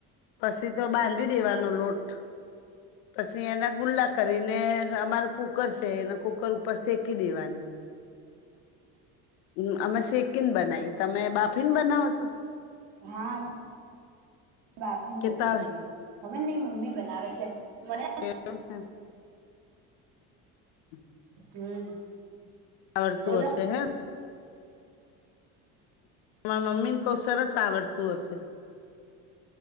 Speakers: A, on the left (about 70°); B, on the right (about 60°).
A: પછી તો બાંધી દેવાનો લોટ. પછી, એના ગુલ્લા કરીને અમાર. કુકર છે. એને કુકર ઉપર શેકી દેવાનું. હમ અમે શેકીને બનાવીએ. તમે બાફીને બનાવો છો?
B: હા! બાફીને
A: કે
B: બનાય
A: તળ
B: છે. ખબર નહી મમ્મી બનાવે છે.
A: <unintelligible>
B: મને હમ
A: આ વડતું
B: બોલો
A: હશે હે. રા મમ્મી નુ બહુ સરસ આવડતું હશે.